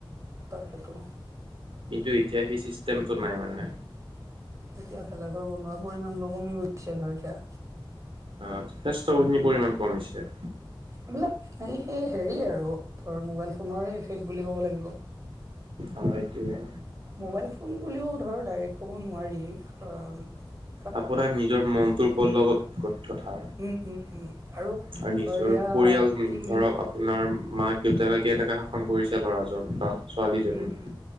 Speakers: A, on the right; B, on the right.
A: তাকেটো।
B: কিন্তু এতিয়া সেই চিষ্টেমটো নাই মানে।
A: এতিয়া ভেলাঘৰ বনোৱাৰ পৰিমাণটো কমি গৈছে ধৰ এতিয়া।
B: অ' যথেষ্ট খিনি পৰিমাণ কমিছে।
A: এইবিলাক এই সেই হেৰি আৰু ধৰ মোবাইল ফোনেৰে এফেক্ট বুলি ক'ব লাগিব।
B: অ', এইটোৱে।
A: মোবাইল ফোন বুলিও ধৰ ডাইৰেক্ট ক'ব নোৱাৰি অ'
B: আপোনাৰ নিজৰ মনটোৰ ওপৰ লগত কথা।
A: উম উম উম
B: আৰু নিজৰ
A: ধৰ এতিয়া
B: পৰিয়াল
A: কি বুলি
B: ধৰক
A: ক'ম
B: আপোনাৰ মাক দেউতাকে কে টাকা শাসন কৰিছে ল'ৰাজন বা ছোৱালীজনী
A: উম উম